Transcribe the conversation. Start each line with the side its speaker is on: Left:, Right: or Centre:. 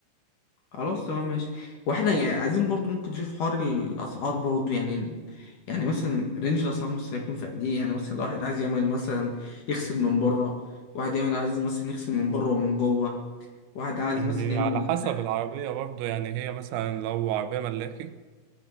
Left: خلاص تمام ماشي واحنا يعني عايزين برضه ممكن نشوف حوار الأسعار برضه يعني يعني مثلا رينج الأسعار مثلا هيكون في قد ايه يعني مثلا لو واحد عايز يعمل مثلا يغسل من بره واحد يعمل عايز مثلا يغسل من بره ومن جوه واحد عايز
Right: يعني
Left: مثلا يعمل
Right: على حسب العربية برضه يعني هي مثلا لو عربية ملاكي